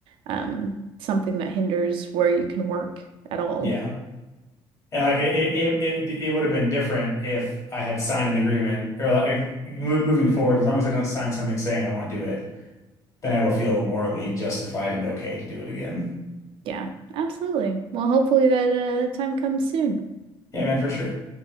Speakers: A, on the right; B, on the left.
A: um something that hinders where you can work at all.
B: Yeah. And like it, it, it, it would have been different if I had signed an agreement or like mo- moving forward, as long as I don't sign something saying I won't do it, then I will feel morally justified and okay to do it again.
A: Yeah, absolutely. Well, hopefully that uh, that time comes soon.
B: Yeah, man, for sure.